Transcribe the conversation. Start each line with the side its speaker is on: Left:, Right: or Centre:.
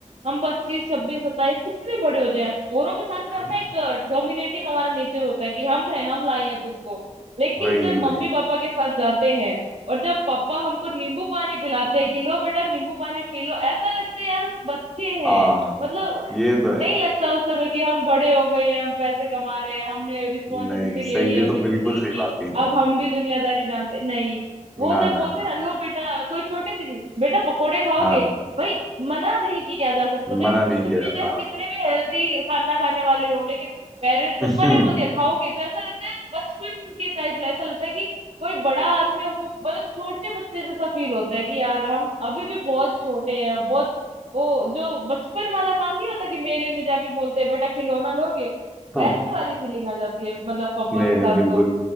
Right: हम पच्चीस छब्बीस सत्ताईस कितने भी बड़े हो जाएं औरों के साथ में
Centre: हम्म,
Right: हम ना एक डोमिनेटिंग हमारा नेचर होता है कि हम हैं हम लाए हैं तुमको लेकिन
Centre: वही
Right: जब
Centre: वही
Right: मम्मी पापा के साथ जाते हैं और जब पापा हमको नींबू पानी पिलाते हैं कि लो बेटा नींबू पानी पी लो ऐसा लगता है यार हम बच्चे हैं
Centre: हाँ
Right: मतलब
Centre: ये तो
Right: नहीं
Centre: है
Right: लगता उस समय कि हम बड़े हो गए हैं हम पैसे कमा रहे हैं हमने रिस्पॉन्सिबिलिटी
Centre: नहीं सही
Right: ले ली
Centre: ये
Right: अपनी
Centre: तो
Right: जिंदगी
Centre: बिल्कुल सही
Right: की
Centre: बात कही तुमने
Right: अब हम भी दुनियादारी जानते नहीं वो
Centre: ना
Right: जब
Centre: ना
Right: बोलते हैं ना लो बेटा कोई छोटी सी चीज बेटा पकोड़े
Centre: ना,
Right: खाओगे
Centre: हाँ
Right: भाई मना नहीं किया जा सकता तो
Centre: मना नहीं
Right: कुछ
Centre: किया
Right: भी
Centre: जाता
Right: चाहे हम कितने भी हेल्दी खाना खाने वाले हो लेकिन पेरेंट्स
Centre: हम्म,
Right: पप्पा ने बोल दिया खाओगे तो ऐसा लगता है बचपन के टाइप ऐसा लगता है कि कोई बड़ा आदमी हमको मतलब छोटे बच्चे जैसा फील होता है कि यार हम अभी भी बहुत छोटे हैं बहुत वो जो बचपन वाला काम नहीं होता कि मेले में जाके बोलते हैं बेटा खिलौना लोगे
Centre: हाँ
Right: वैसे वाली फीलिंग आ जाती है मतलब पापा
Centre: नहीं
Right: के
Centre: नहीं
Right: साथ
Centre: बिल्कुल
Right: तो